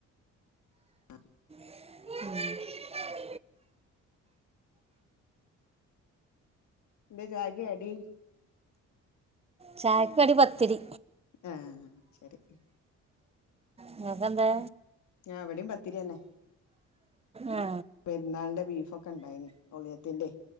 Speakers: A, on the left (about 70°); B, on the right (about 20°).
A: അ
B: മം <unintelligible>
A: എന്താ ചായക്ക് കടി <unintelligible>
B: ചായക്ക് കടി പത്തിരി
A: ആ ശരി
B: നിങ്ങക്കെന്താ
A: ആ ഇവിടെ പത്തിരി തന്നെ
B: ആ
A: പെരുന്നാളിന്റെ ബീഫൊക്കെ ഉണ്ടായിന്ന് ഒളിയത്തിന്റെ